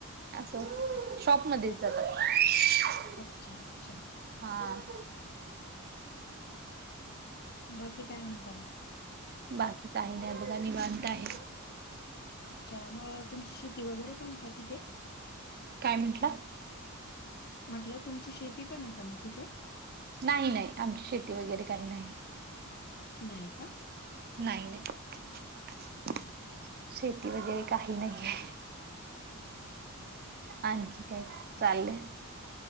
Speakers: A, on the right; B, on the left.
A: असं
B: अ
A: शॉपमध्येध्येच जातात.
B: अच्छा अच्छा.
A: हा.
B: बाकी काय म्हणता मग.
A: बाकी काही नाही बघा नि माणता आहे.
B: अच्छा मग तुमची शेती वगैरे पण का तिथे.
A: काय म्हंटलं.
B: म्हटलं तुमची शेती पण आहे का मग तिथे.
A: नाही नाही आमची शेती वगैरे काही नाही.
B: नायका.
A: नाहीई नाही.
B: ह ह
A: शेती वगैरे काही नाहीे आणखी काय चाललंय